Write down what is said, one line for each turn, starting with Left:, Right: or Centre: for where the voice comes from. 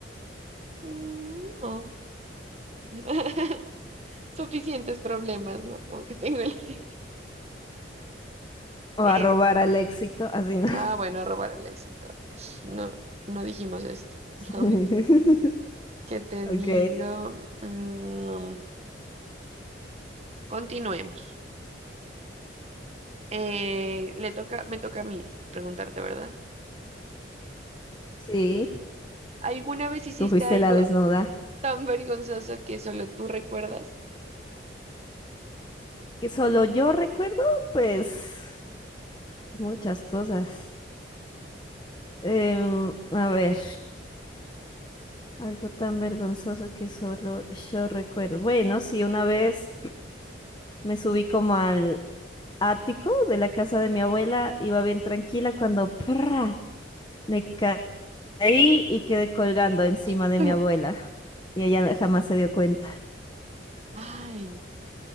Right: Mm, no. <laughs> Suficientes problemas, ¿no? Como que tengo el... <laughs>
Left: O
Right: Eh,
Left: a robar al éxito, así no.
Right: ah, bueno, robar al éxito. No, no dijimos esto.
Left: <laughs>
Right: <laughs> No, ¿Qué te
Left: Ok.
Right: digo? Mm, continuemos. Eh, le toca, me toca a mí preguntarte, ¿verdad?
Left: Sí,
Right: ¿Alguna vez hiciste
Left: tú fuiste
Right: algo
Left: la desnuda.
Right: tan vergonzoso que solo tú recuerdas?
Left: Que solo yo recuerdo, pues, muchas cosas. Em, a ver, algo tan vergonzoso que solo yo recuerdo. Bueno, sí, una vez me subí como al ático de la casa de mi abuela, iba bien tranquila cuando ¡prra! me caí y quedé colgando encima
Right: <laughs>
Left: de mi abuela. Y ella jamás se dio cuenta.
Right: Ay.